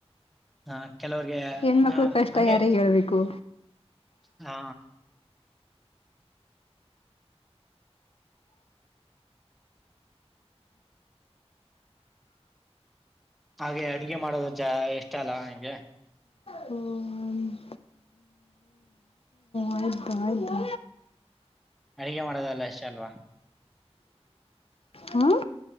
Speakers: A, in the centre; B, on the left.
A: ಹಾ ಕೆಲವ್ರಿಗೆ
B: ಹೆಣ್ಮಕ್ಳ
A: ಹ
B: ಕಷ್ಟ
A: ಹಗೆ
B: ಯಾರಿಗೆ ಹೇಳಬೇಕು
A: ಹಾ ಹಾಗೆ ಅಡ್ಗೆ ಮಾಡೋದು ಜ ಇಷ್ಟ ಅಲ್ಲ ನಿಂಗೆ
B: ಹ್ಞೂ, ಆಯಿತು ಆಯಿತು
A: ಅಡಗೆ ಮಾಡೋದಲ್ಲ ಅಷ್ಟೇ ಅಲ್ವಾ
B: ಹಾಂ